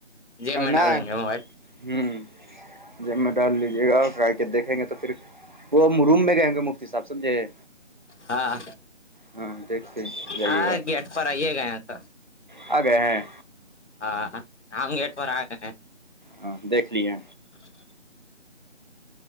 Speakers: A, on the left (about 70°); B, on the right (about 45°).
A: جیب میں ڈالیں
B: نہ
A: گے موبائل
B: ہوں جب میں ڈال لیجیے گا اور گا کے دیکھیں گے تو پھر وہ مروم میں گئےیں گے مفتی صسحب سمجھے
A: ہاں
B: ہاں دیکھتے جائیے
A: ہاں
B: گا
A: گیٹ پر آئیے گئے س
B: آ گئے ہیں
A: ہاں ہمام گیٹ پرور آگ ہے
B: ہاں دیک لیے
A: <inaudible>